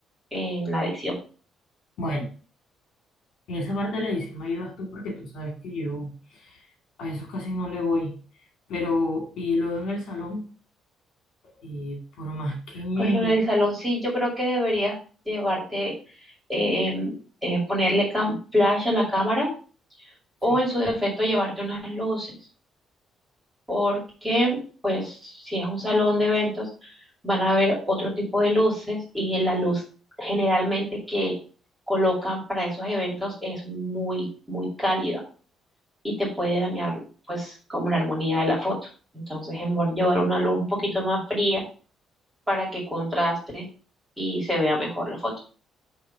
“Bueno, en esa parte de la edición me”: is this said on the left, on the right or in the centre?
Left